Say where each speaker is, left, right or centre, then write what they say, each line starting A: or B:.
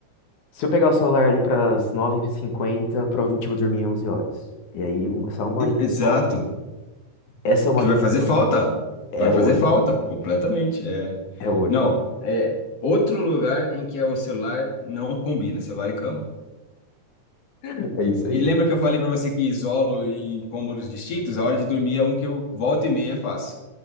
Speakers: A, on the left; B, on the left.
A: Se eu pegar o celular ali pras nove e cinquenta provavelmente eu vou dormir 11 horas. E aí, um, só uma
B: E-
A: horinha
B: Exato.
A: de sono. Essa uma
B: Que
A: horinha
B: vai
A: de
B: fazer
A: sono
B: falta.
A: é
B: Vai
A: ouro.
B: fazer falta, completamente. É.
A: É ouro.
B: Não, é outro lugar em que é o celular não combina, celular e cama.
A: <laughs> É isso
B: E
A: aí.
B: lembra que eu falei para você que isolo em cômodos distintos? A hora de dormir é um que eu volta e meia faço.